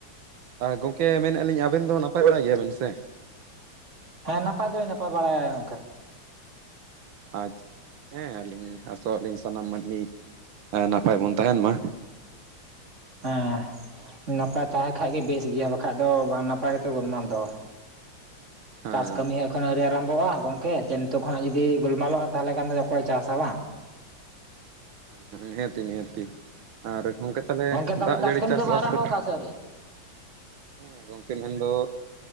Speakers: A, on the right; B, on the right.
A: ᱟ ᱜᱚᱝᱠᱮ ᱢᱮᱱᱮᱜᱼᱟ ᱞᱤᱧ ᱟᱵᱮᱱ ᱫᱚ ᱱᱟᱯᱟᱭ ᱵᱟᱲᱟ ᱜᱮᱭᱟ ᱵᱮᱱ ᱥᱮ?
B: ᱦᱮᱸ ᱱᱟᱯᱟᱭ ᱫᱚᱞᱤᱧ ᱱᱟᱯᱟᱭ ᱵᱟᱲᱟ ᱜᱮᱭᱟ ᱜᱚᱝᱠᱮ,
A: ᱟᱪᱪᱷᱟ ᱦᱮᱸ ᱟᱞᱤᱧ ᱟᱥᱚᱜ ᱟᱞᱤᱧ ᱥᱟᱱᱟᱢ ᱢᱟᱱᱢᱤ ᱱᱟᱯᱟᱭ ᱵᱚᱱ ᱛᱟᱦᱮᱱ ᱢᱟ,
B: ᱚ ᱱᱟᱯᱟᱭ ᱛᱟᱦᱮᱸ ᱠᱷᱟᱡᱽ ᱜᱮ ᱵᱮᱥ ᱜᱮᱭᱟ ᱵᱟᱠᱷᱟᱡ ᱫᱚ ᱵᱟᱝ ᱱᱟᱯᱟᱭ ᱜᱮᱛᱚ ᱜᱳᱞᱢᱟᱞ ᱫᱚ,
A: ᱦᱮᱸ
B: ᱪᱟᱥ ᱠᱟᱹᱢᱤ ᱦᱚᱸ ᱮᱠᱷᱚ ᱮᱠᱷᱚᱱᱚ ᱟᱣᱨᱤ ᱟᱨᱟᱢᱵᱷᱚᱜᱼᱟ ᱜᱚᱝᱠᱮ ᱪᱮ ᱱᱤᱛᱚᱜ ᱠᱷᱚᱱᱟᱜ ᱡᱩᱫᱤ ᱜᱳᱞᱢᱟᱞᱚᱜᱼᱟ ᱛᱟᱦᱞᱮ ᱠᱷᱟᱱ ᱫᱚ ᱚᱠᱚᱭ ᱪᱟᱥᱟᱭ ᱵᱟᱝ,
A: ᱦᱮᱸ ᱦᱮᱸ ᱱᱤᱦᱟᱹᱛᱤ ᱱᱤᱦᱟᱹᱛᱤ ᱟᱨ ᱦᱚᱝᱠᱮ ᱛᱟᱞᱦᱮ
B: ᱜᱚᱝᱠᱮ ᱛᱟᱦᱚᱞᱮ
A: ᱫᱟᱜ ᱡᱟᱹᱲᱤ
B: ᱠᱟᱹᱢᱤ
A: ᱪᱟᱥ
B: ᱵᱮᱱ
A: ᱵᱟᱥ
B: ᱟᱨᱟᱢᱵᱚ
A: ᱠᱚ
B: ᱠᱟᱜᱼᱟ ᱥᱮ ᱟᱹᱣᱨᱤ
A: ᱦᱮᱸ ᱜᱚᱝᱠᱮ ᱢᱮᱱᱫᱚ